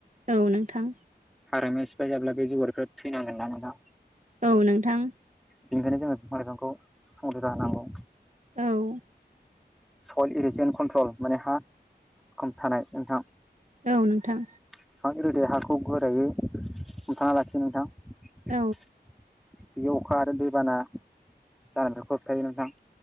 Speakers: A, on the right; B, in the centre.
A: औ नोंथां
B: हाग्रामाया सिफाय जाब्ला बे जिउआरिफ्रा थैनांगोन ना नोंथां।
A: औ नोंथां
B: बेनिखायनो जोङो बिफां लाइफांखौ संरैखा होनांगौ।
A: औ
B: अइल इरिसेन कन्ट्रल माने हा खमथानाय नोंथां।
A: औ नोंथां
B: बिफां गोदेर गैयि हाखौ गोरायो हमथाना लाखि नोंथां। बियो
A: औ
B: अखा आरो दैबाना जानायफोरखौ होबथायो नोंथां।